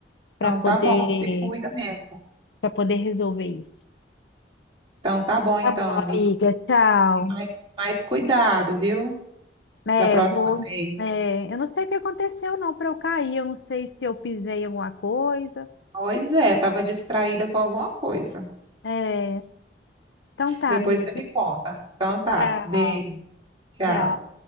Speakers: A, on the right; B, on the left.
A: Então
B: para poder
A: tá bom, você cuida mesmo.
B: para poder resolver isso.
A: Então tá bom então,
B: Tá bom,
A: amigo.
B: amiga. Tchau.
A: E mais, mais cuidado, viu?
B: Né,
A: Da próxima
B: eu vou.
A: vez.
B: é, eu não sei o que aconteceu, não, para eu cair. Eu não sei se eu pisei em alguma coisa.
A: Pois é, eu Tava distraída com alguma coisa.
B: É, então tá,
A: Depois
B: amiga.
A: você me conta. Então tá,
B: Tchau.
A: beijo, tchau.
B: Tchau.